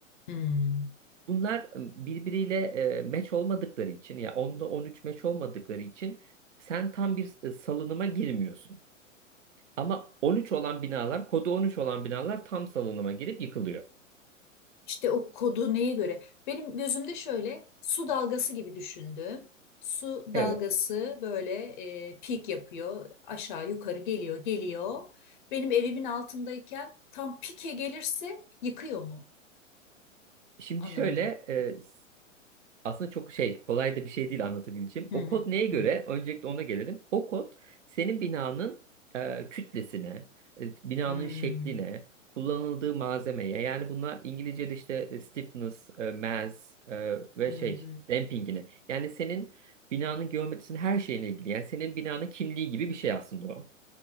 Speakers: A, on the left; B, on the right.
A: Hmm.
B: Bunlar e, birbiriyle e, match olmadıkları için ya 10'da 13 match olmadıkları için sen tam bir e, salınıma girmiyorsun. Ama 13 olan binalar, kodu 13 olan binalar tam salınıma girip yıkılıyor.
A: İşte o kodu neye göre? Benim gözümde şöyle su dalgası gibi düşündüm. Su
B: Evet.
A: dalgası böyle e, peak yapıyor. Aşağı yukarı geliyor geliyor. Benim evimin altındayken tam pike gelirse yıkıyor mu?
B: Şimdi
A: Anlamadım.
B: şöyle e, aslında çok şey kolay da bir şey değil anlatabileceğim.
A: Hı
B: O
A: hı.
B: kod neye göre?
A: Hı hı.
B: Öncelikle ona gelelim. O kod senin binanın e, kütlesine, e, binanın
A: Hmm,
B: şekline, kullanıldığı malzemeye yani bunlar İngilizce'de işte e, stiffness, e, mass e, ve
A: hı
B: şey
A: hı.
B: dampingine. Yani senin binanın geometrisinin her şeyine ilgili. Yani senin binanın kimliği gibi bir şey aslında o.